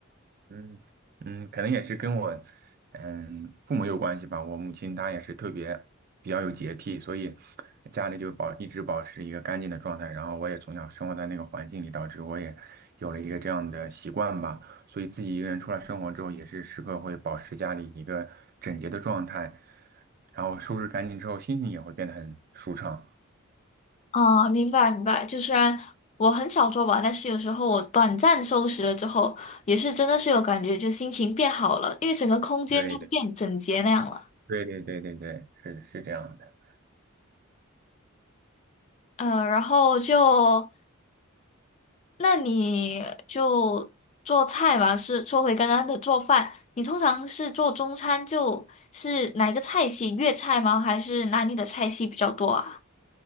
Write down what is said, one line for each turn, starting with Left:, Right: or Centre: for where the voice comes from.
Right: 嗯嗯，可能也是跟我嗯父母有关系吧。我母亲她也是特别比较有洁癖，所以家里就保一直保持一个干净的状态。然后我也从小生活在那个环境里，导致我也有了一个这样的习惯吧。所以自己一个人出来生活之后，也是时刻会保持家里一个整洁的状态，然后收拾干净之后，心情也会变得很舒畅。
Left: 啊，明白明白。就虽然我很少做吧，但是有时候我短暂收拾了之后，也是真的是有感觉，就心情变好了，因为整个空间就变整洁那样了。
Right: 对的，对对对对对，是的，是这样的。
Left: 嗯，然后就那你就做菜嘛，是说回刚刚的做饭，你通常是做中餐，就是哪一个菜系？粤菜吗？还是哪里的菜系比较多啊？